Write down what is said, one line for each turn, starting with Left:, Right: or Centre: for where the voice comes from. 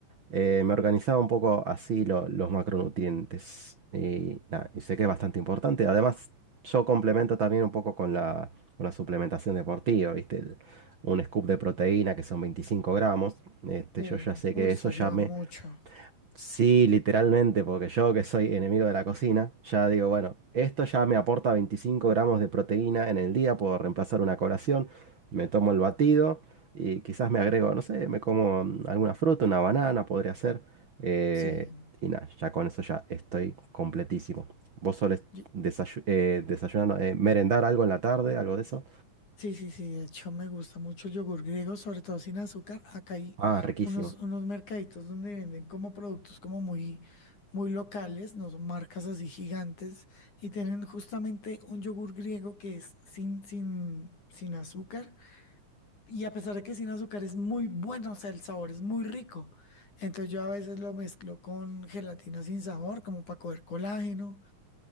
Right: eh, me organizaba un poco así lo- los macronutrientes. Y, nada, y sé que es bastante importante. Además, yo complemento también un poco con la, con la suplementación deportiva, ¿viste? El- un scoop de proteína que son 25 gramos. Este,
Left: Sí,
Right: yo ya sé
Left: uy,
Right: que
Left: eso
Right: eso
Left: ayuda
Right: ya me,
Left: mucho.
Right: Sí, literalmente, porque yo que soy enemigo de la cocina, ya digo, bueno, esto ya me aporta 25 gramos de proteína en el día, puedo reemplazar una colación, me tomo el batido y quizás me agrego, no sé, me como mm, alguna fruta, una banana, podría ser, eh,
Left: Sí,
Right: y nada, ya con eso ya estoy completísimo. ¿Vos solés
Left: yo-
Right: desayu- eh, desayunar, no, eh, merendar algo en la tarde, algo de eso?
Left: sí, sí, sí. De hecho, me gusta mucho el yogur griego, sobre todo sin azúcar. Acá hay
Right: Ah, riquísimo.
Left: unos, unos mercaditos donde venden como productos como muy, muy locales, no son marcas así gigantes, y tienen justamente un yogur griego que es sin, sin, sin azúcar. Y a pesar de que sin azúcar es muy bueno, o sea, el sabor es muy rico. Entonces yo a veces lo mezclo con gelatina sin sabor, como para coger colágeno,